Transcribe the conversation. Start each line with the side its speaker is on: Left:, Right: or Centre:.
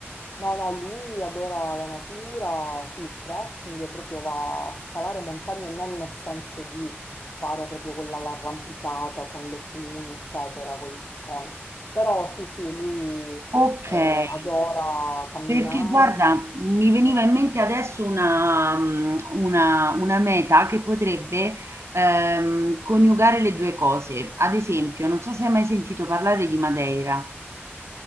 Left: No, no, lui adora la natura, sì, il trekking, proprio va a scalare montagne non nel senso di fare proprio quella l'arrampicata con le funi, eccetera, con i picconi. Però sì, sì, lui
Right: Okay.
Left: eh, adora camminare.
Right: Perché guarda, mi veniva
Left: eh.
Right: in mente adesso una mhmm, una una meta che potrebbe, ehm, coniugare le 2 cose. Ad esempio, non so se hai mai sentito parlare di Madeira.